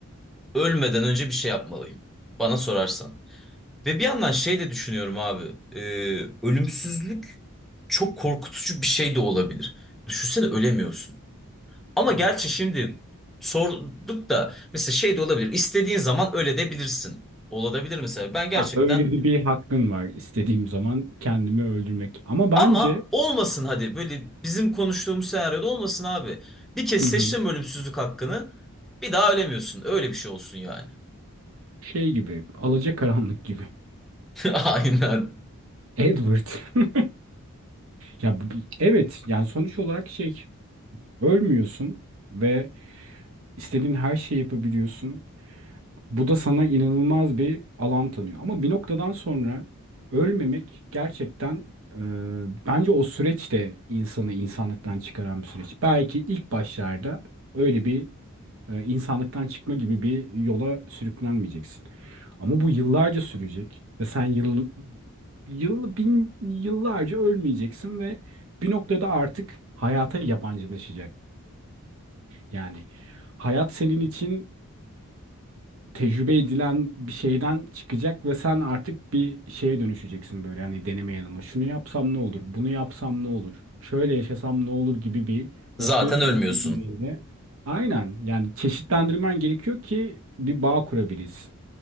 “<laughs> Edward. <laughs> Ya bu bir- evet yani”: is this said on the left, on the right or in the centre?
Right